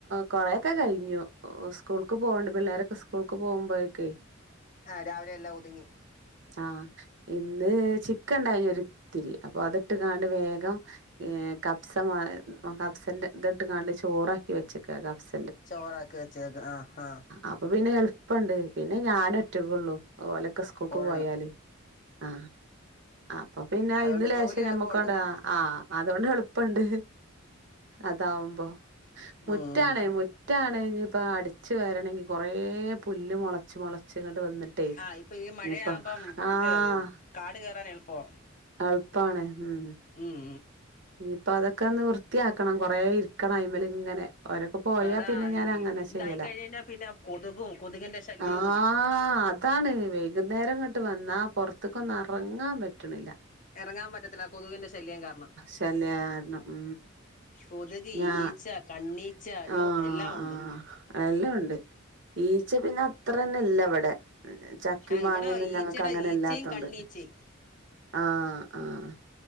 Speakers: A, on the right; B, on the left.
A: കൊറേ ഒക്കെ കഴിഞ്ഞു ഉസ് സ്കൂൾക്ക് പോകണ്ടേ പിള്ളേരൊക്കെ സ്കൂൾക്ക് പോകുമ്പഴ്ക്ക്
B: ആ രാവിലെ എല്ലാം ഒതുങ്ങി.
A: ആ ഇന്ന് ചിക്കൻ ണ്ടായിനി ഒരുത്തിരി അപ്പ അതിട്ട് കാണ്ട് വേഗം കപ്സ മാ കപ്സൻ്റെ ഇത്ട്ട് കാണ്ട് ചോറാക്കി വെച്ചക്കാ കപ്സ
B: ചോറാക്കി വെച്ചേക്കാ ആഹ് ആഹ്
A: അപ്പൊ പിന്നെ എളുപ്പണ്ട് പിന്നെ ഞാനൊറ്റക്കെള്ളു അതുപോലെ സ്കൂൾക്ക്
B: ഉള്ളു
A: പോയാല് ആ അപ്പൊ പിന്നെ അയിൽന്ന്
B: അതുകൊണ്ട്
A: ലേശം
B: ജോലി എളുപ്പമുണ്ട്
A: ഞമ്മക്കു ആണ്ട് ആഹ് അതുകൊണ്ട് എളുപ്പണ്ട് അതാവുമ്പോ മുറ്റാണേ
B: ഉം
A: മുറ്റ് മുറ്റാണ് ഇഞ്ഞിയിപ്പം അടിച്ച് വാരണെങ്കി കൊറേ പുല്ല് മൊളച്ച് മൊളച്ച് ച്ച്ങ്ങോട്ട് വന്നിട്ടേ
B: ആ ഇപ്പൊ ഈ
A: ഇനിപ്പ
B: മഴയാവുമ്പം
A: ആഹ്
B: ഇത് കാട് കയറാൻ എളുപ്പാ
A: എളുപ്പാണ്. ഉം
B: ഉം.
A: ഇനിയിപ്പ അതൊക്കെ ഒന്ന് വൃത്തിയാക്കണം കൊറേ ഇരിക്കണം അയിമല് ഇങ്ങനെ. ഓരൊക്കെ പോയാ
B: അതാ
A: പിന്നെ ഞാൻ
B: ഈ
A: അങ്ങനെ
B: ഇതായി
A: ചെയ്യലാ
B: കഴിഞ്ഞ പിന്നെ കൊതുകും കൊതുകിന്റെ ശല്യവും
A: ആഹ് അതാണ് വൈകുന്നേരം ഇങ്ങോട്ട് വന്നാ പുറത്തക്ക് ഒന്നു ഇറങ്ങാൻ പറ്റണില്ല.
B: ഇറങ്ങാൻ പറ്റത്തില്ല കൊതുകിന്റെ ശല്യം കാരണം.
A: ശല്യാരണം ഉ
B: കൊതുക്
A: ഞാൻ
B: ഈച്ച കണ്ണീച്ച
A: ആഹ്
B: യ്യോ എല്ലാം ഉണ്ട്
A: ആഹ്. എല്ലാം ഉണ്ട് ഈച്ച പിന്നെ അത്ര തന്നെ ഇല്ല ഇവിടെ. ചക്കിം
B: ആഹ്
A: മാങ്ങിയൊന്നും
B: ഇവിടെ ഈച്ചടെ
A: ഞങ്ങക്ക് അങ്ങനെ
B: ഈച്ചയും
A: ഇല്ലാത്തോണ്ട്
B: കണ്ണീച്ചയും.
A: ആഹ് ആഹ്.